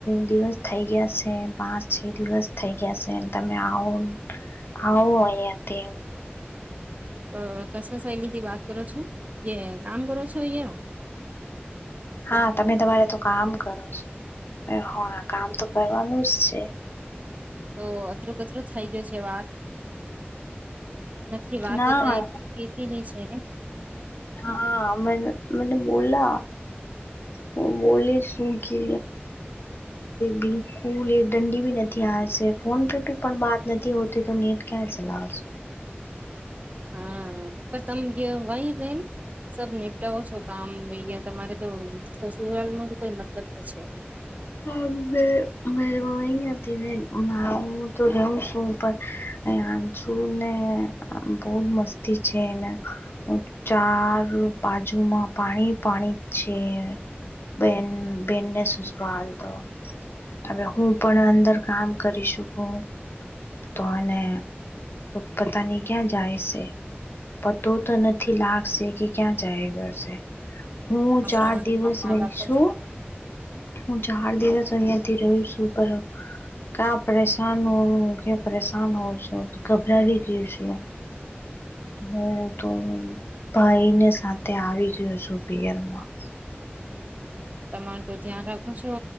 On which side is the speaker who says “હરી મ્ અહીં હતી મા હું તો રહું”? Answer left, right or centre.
Left